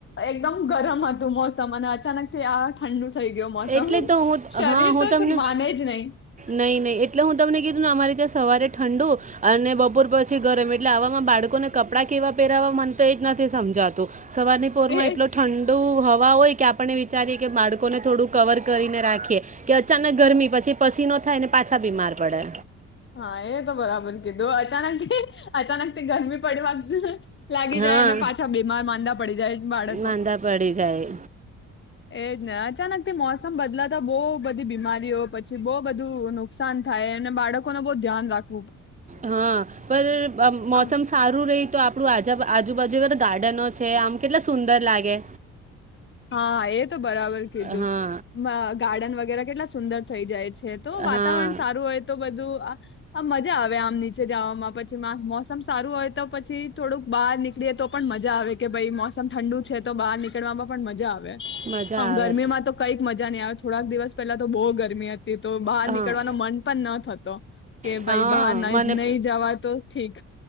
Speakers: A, on the left (about 40°); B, on the right (about 25°).
A: એકદમ ગરમ હતું મોસમ અને અચાનક થી આ ઠંડુ થઈ ગયો મોસમ
B: એટલે તો હું
A: શરીર
B: હા હું
A: તો
B: તમને
A: માને જ નહી
B: નહી નહી એટલે હું તમને કીધુંને અમારી સવારે ઠંડુ અને બપોર પછી ગરમ એટલે આવામાં બાળકોને કપડાં કેવા પહેરાવા મન તો એ જ નથી સમજાતું. સવારની પોરમાં
A: એ
B: એટલો ઠંડુ હોય કે આપણને વિચારીએ કે બાળકોને થોડું કવર કરીને રાખીએ કે અચાનક ગરમી પછી પસીનો થાયને પાછા બીમાર પડે.
A: હા એ તો બરાબર કીધું અચાનકથી અચાનક ગરમી પડી વાગ લાગી
B: હા
A: જાય અને પાછા બીમાર માંદા પડી જાય બાળકો.
B: માંદા પડી જાય
A: એજ ને અચાનકથી મોસમ બદલાતા બો - બીમારીઓ પછી બહુ બધું નુકસાન થાય અને બાળકોને બહુ ધ્યાન રાખે
B: હા પર મોસમ
A: આ
B: સારું રહી તો આપડું આજ આજુબાજુ બધે ગાર્ડનો છે આમ કેટલા સુંદર લાગે.
A: હા એ તો બરાબર કીધું.
B: હા
A: વ ગાર્ડન વગેરે કેટલા સુંદર થઈ જાય છ છે. તો વાતાવરણ
B: હા
A: સારું હોય તો બધું આ આમ મજા આવે આમ નીચે જવામાં, પછી મા મોસમ સારું હોય તો પછી થોડુંક બહાર નીકળીએ તો પણ મજા આવે કે ભાઈ મોસમ ઠંડુ છે તો બહાર નીકળવામાં પણ મજા આવે.
B: મજા આવે
A: ગરમીમાં તો કંઈક મજા નહી આવે થોડાક દિવસ પહેલા તો બહું ગરમ હત તી તો બહાર
B: હા
A: નીકળવાનો મન પણ ન થતો, કે
B: હા
A: ભાઈ બહાર ન
B: મને
A: નહી જવા તો ઠીક.